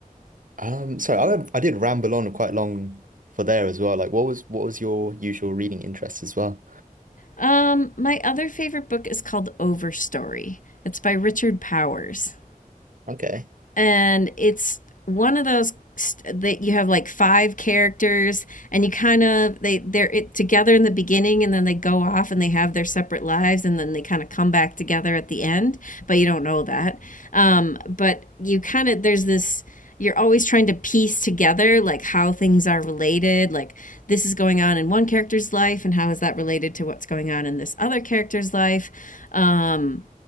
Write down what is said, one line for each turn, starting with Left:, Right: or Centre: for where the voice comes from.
Right: Um, sorry, I I did ramble on quite long for there as well. Like, what was what was your usual reading interest as well?
Left: Um, my other favorite book is called Overstory. It's by Richard Powers
Right: Okay.
Left: and it's one of those that you have like five characters and you kind of they they're it, together in the beginning and then they go off and they have their separate lives and then they kind of come back together at the end but you don't know that um but you kind of there's this you're always trying to piece together like how things are related like this is going on in one character's life and how is that related to what's going on in this other character's life um